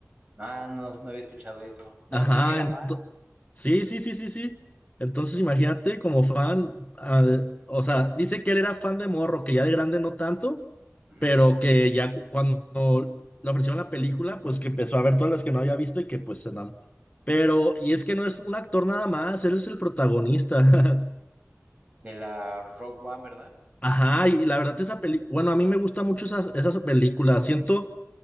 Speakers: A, on the right; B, on the left.
A: Ah, no, no había escuchado eso. No,
B: Ajá,
A: entonces sí era
B: ento-
A: fan.
B: sí, sí, sí, sí, sí. Entonces imagínate como fan, ah, de- o sea, dice que él era fan de morro, que ya de grande no tanto,
A: Ujú.
B: pero que ya cu- cuando le ofrecieron la película, pues que empezó a ver todas las que no había visto y que pues se enamoró. Pero, y es que no es un actor nada más, él es el protagonista. <laughs>
A: De la Rogue One, ¿verdad?
B: Ajá, y la verdad esa película, bueno, a mí me gusta mucho esas, esas películas, siento,